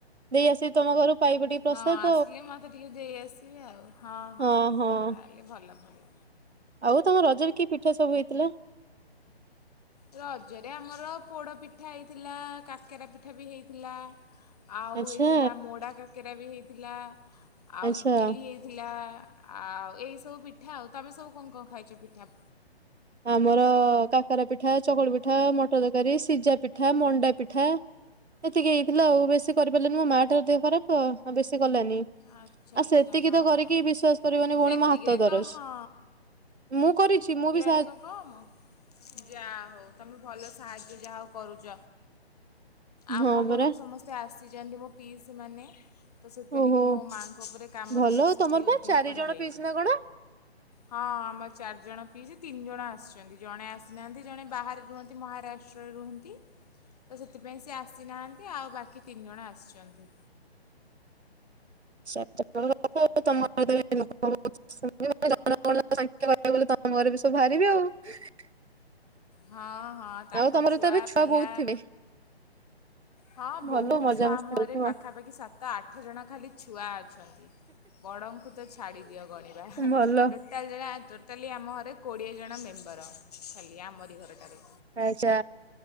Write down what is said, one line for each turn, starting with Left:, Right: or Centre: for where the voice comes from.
Right: ଦେଇ ଆସି ତମ ଘରୁ ପାଇବ ଟିକେ ପ୍ରସାଦ
Left: ହଁ ଆସିଲେ ମତେ ଟିକେ ଦେଇ ଆସିବେ ଆଉ, ହଁ ହଁ
Right: ଆଉ ହଁ
Left: ତାହେଲେ ଭଲ କଲ।
Right: ଆଉ ତମ ରଜରେ କି ପିଠା ସବୁ ହେଇ ଥିଲା
Left: ରଜରେ ଆମର ପୋଡ଼ ପିଠା ହେଇଥିଲା। କାକେରା ପିଠା ବି ହେଇଥିଲା। ଆଉ
Right: ଆଚ୍ଛା
Left: ହେଇଥିଲା ମୋଡା କାକେ ରା ବି ହେଇଥିଲା। ଆଉ
Right: ଆଚ୍ଛା
Left: ଇଟିଲି ହେଇଥିଲା। ଆଉ ଏଇ ସବୁ ପିଠା ଆଉ ତମେ ସବୁ କଣ କଣ ଖାଇଛ ପିଠା
Right: ଆମର କାକରା ପିଠା ଚକୁଳି ପିଠା ମଟର ତରକାରୀ ସିଝା ପିଠା ମଣ୍ଡା ପିଠା ଏତିକି ହେଇଥିଲା ଆଉ ବେଶୀ କରିପାରିଲନି ମୋ ମା ଟାର ଦେହ ଖରାପ ତ ଆଉ ବେଶୀ କଲାନି
Left: ଆଚ୍ଛା
Right: ଆ
Left: ଆଚ୍ଛା
Right: ସେତିକି
Left: ହଁ
Right: ତ କରିକି
Left: ହଁ।
Right: ବିଶ୍ଵାସ କରିବନି
Left: ସେତିକିରେ
Right: ଭଉଣ ମୋ ହାତ ଦରଜ
Left: ତ ହଁ
Right: ମୁଁ କରିଛି ମୁଁ ବି ସେ
Left: ଣିକ କମ ଯାହା ହଉ ତମେ ଭଲ ସାହାଯ୍ୟ ଯାହା ହଉ କରୁଛ। ଆମ
Right: ହଁ
Left: ଘରକୁ
Right: ପରା
Left: ସମସ୍ତେ ଆସିଛନ୍ତି ମୋ ପିଇସି ମାନେ ତ ସେଥିପାଇଁ
Right: ଓହୋ
Left: ଟିକେ କି ମୋ ମାଆଙ୍କ ଉପରେ କାମର
Right: ଭଲ
Left: ପ୍ରେସର
Right: ଆଉ ତମର
Left: ଟିକେ
Right: ବା
Left: ଅଧିକ
Right: ଚାରି
Left: ପଡ଼ିଯାଇଛି
Right: ଜଣ ପିଇସି ନା କଣ?
Left: ହଁ ଆମର ଚାରିଜଣ ପିଇସି ତିନି ଜଣ ଆସିଛନ୍ତି ଜଣେ ଆସ ନାହାନ୍ତି ଜଣେ ବାହାରେ ରୁହନ୍ତି ମହାରାଷ୍ଟ୍ରରେ ରୁହନ୍ତି ତ ସେ ସେଥିପାଇଁ ସେ ଆସିନାହାନ୍ତି ଆଉ ବାକି ତିନି ଜଣ ଆସିଛନ୍ତି।
Right: <unintelligible> ଲେ ତମ ଘରେ ବି ସବୁ ବାହାରିବେ ଆଉ।
Left: ହଁ। ହଁ ତାଙ୍କ
Right: ଆଉ ତମର
Left: ଛୁଆ
Right: ତ ଏବେ
Left: ପିଲା
Right: ବହୁତ ଥିବେ
Left: ହଁ
Right: ଭଲ
Left: ବହୁତ
Right: ମଜାମସ୍ତି
Left: ଛୁଆ ମହଁରେ
Right: କରୁଥିବ।
Left: ପାଖାପାଖି ସାତ ଆଠ ଜଣ ଖାଲି ଛୁଆ ଅଛନ୍ତି ବଡ଼ଙ୍କୁ ତ ଛାଡ଼ିଦିଅ ଗଣିବା
Right: ଭଲ
Left: ଟୋଟାଲ ଜଣ ଖାଲି ଆମ ଘରେ କୋଡ଼ିଏ ଜଣ ମେମ୍ବର ଖାଲି ଆମରି ଘରଟାରେ
Right: ଆଚ୍ଛା